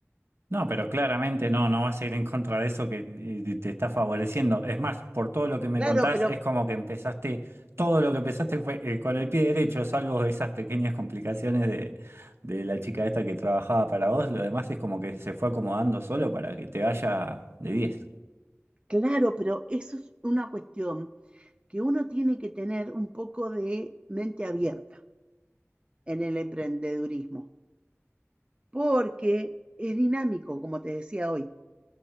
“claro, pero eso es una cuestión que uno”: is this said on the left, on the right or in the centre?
Right